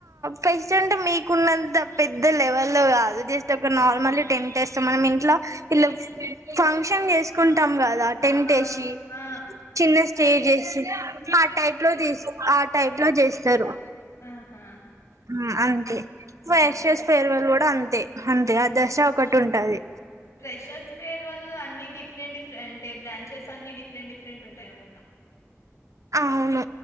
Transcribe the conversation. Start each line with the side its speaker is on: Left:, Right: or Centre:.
Right: ఫస్ట్ అంటే మీకున్నంత పెద్ద లెవెల్లో కాదు జస్ట్ ఒక నార్మల్ టెంట్ ఇస్తామని ఇంట్లో ఇలా ఫంక్షన్ చేసుకుంటాం
Left: ఆ
Right: కదా టెంట్
Left: ఆ
Right: వేసి
Left: ఆ
Right: చిన్న స్టేజ్ వేసి ఆ టైప్ లో తీ ఆ టైప్ లో చేస్తారు
Left: ఆహా
Right: ఊ అంతే ఫ్రెషర్స్
Left: ఉహు
Right: ఫేర్వెల్ కూడా అంతే అంతే ఆ దశ ఒకటి ఉంటాది
Left: ఫ్రెషర్స్ ఫేర్వెల్ అన్ని డిఫరెంట్ డిఫరెంట్ ఏ బ్రాంచెస్ అన్ని డిఫె రెంట్ డిఫరెంట్ ఉంటాయి అనమాట
Right: అవును